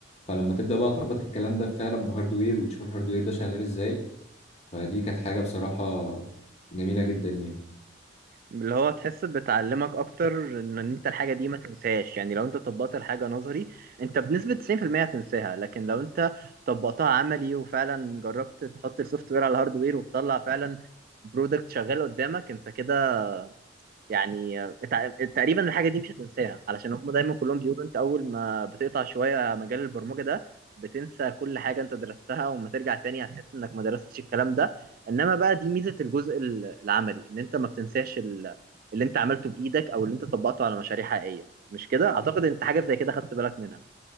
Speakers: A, on the left (about 35°); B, on the right (about 45°).
A: فلما تبدا بقى تربط الكلام ده فعلا بهاردوير وتشوف الهاردوير ده شغال ازاي فدي كانت حاجه بصراحه جميله جدا يعني
B: اللي هو تحس بتعلمك اكتر ان انت الحاجه دي ما تنساش يعني لو انت طبقت الحاجه نظري انت بنسبه 90% هتنساها لكن لو انت طبقتها عملي وفعلا جربت تحط السوفت وير على الهارد وير وتطلع فعلا برودكت شغال قدامك انت كده يعني تع- تقريبا الحاجه دي مش هتنساها علشان هم دايما كلهم بيقولوا انت اول ما بتقطع شويه مجال البرمجه ده بتنسى كل حاجه انت درستها وما ترجع تاني هتحس انك ما درستش الكلام ده انما بقى دي ميزه الجزء ال- العملي ان انت ما بتنساش ال- اللي انت عملته بايدك او اللي انت طبقته على مشاريع حقيقيه مش كده اعتقد انت حاجه زي كده خدت بالك منها